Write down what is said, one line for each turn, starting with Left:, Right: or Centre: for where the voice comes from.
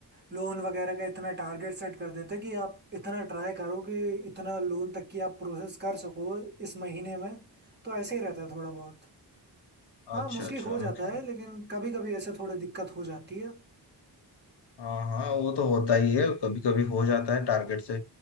Right: लोन वगैरह का इतना टारगेट सेट कर देते हैं कि आप इतना ट्राई करो कि इतना लोन तक की आप प्रोसेस कर सको इस महीने में तो ऐसे ही रहता है थोड़ा बहुत हाँ
Left: अच्छा
Right: मोस्टली
Left: अच्छा
Right: हो
Left: मतलब
Right: जाता है लेकिन कभी कभी ऐसे थोड़ी दिक्कत हो जाती है
Left: हाँ हाँ वो तो होता ही है कभी कभी हो जाता है टारगेट से